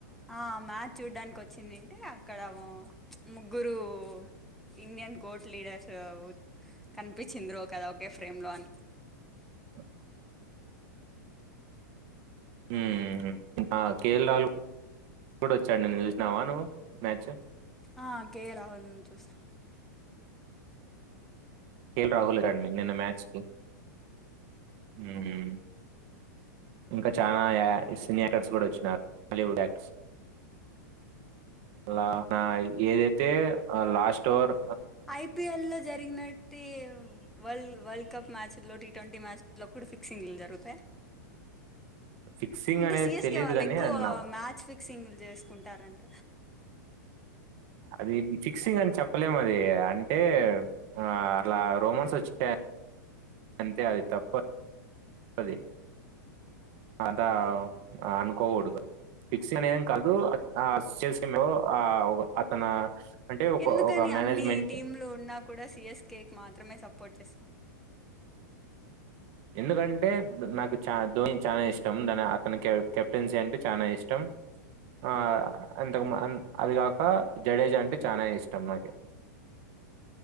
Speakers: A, in the centre; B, on the right (about 50°).
A: ఆ మ్యాచ్ చూడ్డానికొచ్చిందంటే అక్కడామొ ప్చ్ ముగ్గురు ఇండియన్ గోట్ లీడర్స్ అవో కనిపించింద్రో కదా ఒకే ఫ్రేమ్ లో అని.
B: ఒ హుమ్మ్ ఆ కేరళలో ఉప్పుడోచ్చాడు నిన్న జూసినవా నువు మ్యాచ్చు
A: ఆ కేలవంచూసం
B: కేల్ రాహులే లెడన్ని నిన్న మ్యాచ్కి హుమ్మ్ ఇంక చానా యా సినీ యాక్టర్స్ గూడా వొచ్చినరు బాలీవుడ్ యాక్ట్స్ అలా నా ఏదైతే ఆ లాస్ట్ ఓవర్
A: ఐపియల్లో జరిగినట్టే వల్డ్ వల్డ్ కప్ మ్యాచ్ ల్లో, టీ ట్వంటీ మ్యాచ్ లో కూడా ఫిక్సింగ్లు జరుగుతే
B: ఫిక్సింగ్
A: అంటే
B: అనేది
A: సియెస్కే
B: తెలియదు
A: వాళ్ళేక్కువ
B: కాని అది నా-
A: మ్యాచ్ ఫి క్సింగ్ల్ జెస్కుంటరంట.
B: అది ఫిక్సింగని చెప్పలేమది అంటే? ఆ అట్లా రోమన్స్ వొచ్చినయ్ అంతే అది తప్పద్ అది అదా అనుకోకూడదు. ఫిక్సింగ్ అనే ఏంకాదు ఆ చేసే మే ఆ అతను అంటే ఒక
A: ఎందుకని
B: ఒక
A: అన్ని
B: మేనేజ్మెంట్
A: టీంలు ఉన్నా కూడా సిఎస్కె మాత్రమే సపోర్ట్ చేస్తాం.
B: ఎందుకంటే నాకు చా ధోని చాలా ఇష్టం. దాని అతని కెప్టెన్సీ అంటే చాలా ఇష్టం. ఆ అంతకు అది కాక జడేజా అంటే చానా ఇష్టం. నాకీ